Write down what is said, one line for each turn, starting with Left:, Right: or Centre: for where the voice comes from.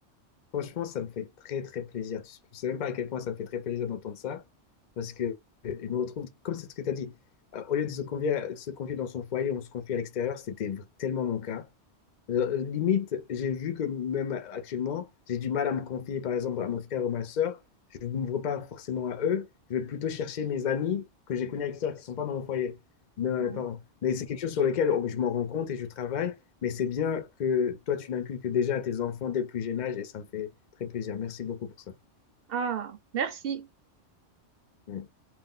Left: Franchement, ça me fait très très plaisir. Tu ne sais même pas à quel point ça me fait très plaisir d'entendre ça, parce que euh, je me retrouve, comme c'est ce que tu as dit, euh, au lieu de se confier, à- se confier dans son foyer, on se confie à l'extérieur, c'était v- tellement mon cas. Euh, euh, limite, j'ai vu que même actuellement, j'ai du mal à me confier, par exemple, à mon frère ou ma soeur. Je ne m'ouvre pas forcément à eux. Je vais plutôt chercher mes amis que j'ai connus à l'extérieur qui ne sont pas dans mon foyer, même à
Right: Ouais.
Left: mes parents. Mais c'est quelque chose sur lequel oh, je m'en rends compte et je travaille. Mais c'est bien que toi, tu l'inculques déjà à tes enfants dès le plus jeune âge et ça me fait très plaisir. Merci beaucoup pour ça.
Right: Ah, merci.
Left: Mm.